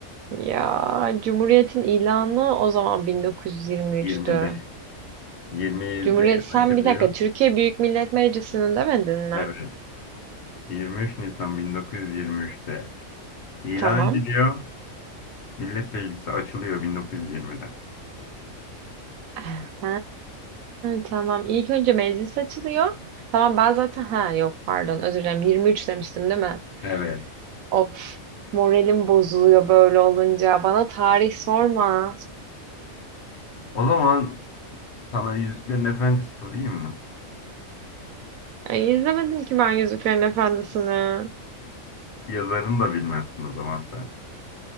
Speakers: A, on the right (about 80°); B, on the left (about 60°).
A: Ya Cumhuriyet'in ilanı o zaman 1923'tü.
B: 20'de. 27
A: Cumhuriyet sen
B: açılıyor.
A: bir dakika Türkiye Büyük Millet Meclisi'ni demedin mi?
B: Evet. 23 Nisan bin dokuz yüz yirmi üçte ilan
A: Tamam.
B: ediliyor. Millet Meclisi açılıyor bin dokuz yüz yirmide.
A: Ha, tamam. İlk önce meclis açılıyor. Tamam ben zaten ha yok pardon özür dilerim 23 demiştim değil mi?
B: Evet.
A: Of, moralim bozuluyor böyle olunca. Bana tarih sorma.
B: O zaman sana Yüzüklerin Efendisi sorayım mı?
A: Ay, izlemedim ki ben Yüzüklerin Efendisi'ni.
B: Yazarını da bilmezsin o zaman sen.